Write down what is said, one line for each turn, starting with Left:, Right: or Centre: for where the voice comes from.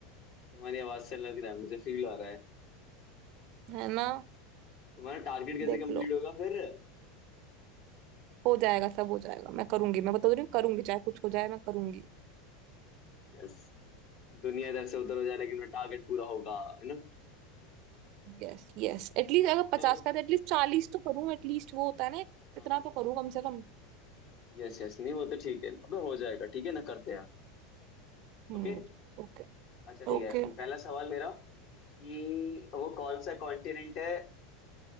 Left: तुम्हारी आवाज से लग रहा है मुझे फील आ रहा है
Right: है ना
Left: तुम्हारा टारगेट कैसे
Right: देख
Left: कंप्लीट
Right: लो
Left: होगा फिर
Right: हो जाएगा सब हो जाएगा मैं करूंगी मैं बता रही हूँ करूंगी चाहे कुछ हो जाए मैं करूंगी
Left: यस दुनिया इधर से उधर हो जाए लेकिन टारगेट पूरा होगा है ना
Right: यस यस एटलीस्ट अगर पचास
Left: चलो
Right: का है एटलीस्ट चालीस तो करूँ एटलीस्ट वो होता है ना
Left: हाँ
Right: इतना तो करूँ कम से कम
Left: यस यस नहीं वो तो ठीक है अबे हो जाएगा ठीक है ना करते हैं
Right: हम्म
Left: ओके
Right: Okay
Left: अच्छा ठीक
Right: okay
Left: है पहला सवाल मेरा कि वो कौन सा कॉन्टिनेंट है